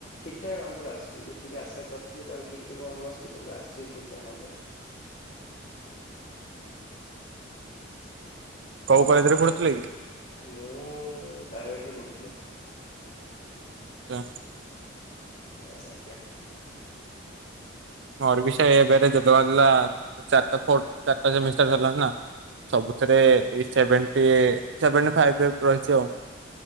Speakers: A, on the left; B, on the right.
A: ଠିକ ଠାକ ନମ୍ବର୍ ଆସିଛି ଯେତିକି ଆଶା କରିଥିଲି। ଲି। ତା ଠୁ ଟିକେ କମ ଆସିଛି କିନ୍ତୁ ଆସିଛି ଠିକଠାକ ନମ୍ବର୍।
B: <unintelligible> କୋଉ
A: ଆପଣଙ୍କର
B: କଲେଜ୍ ରେ ପଢୁଥୁଲେ କି?
A: ମୁଁ ପ୍ରାଇଭେଟ୍ ରେ ପଢ଼ୁଥିଲି।
B: ରା
A: ଆଜ୍ଞା।
B: ମୋର ବି ସେ ଏବେ ରେଜଲ୍ଟ ବାହାରିଲା। ଚାଟା ଫୋର୍ ଚାଟା ସେମିଷ୍ଟାର ସରିଲାଣି ନା। ସବୁଥିରେ ଏଇ ସେଭେଣ୍ଟି ସେଭେଣ୍ଟି ଫାଇପ୍ <inaudible> ରହିଛି ଆଉ।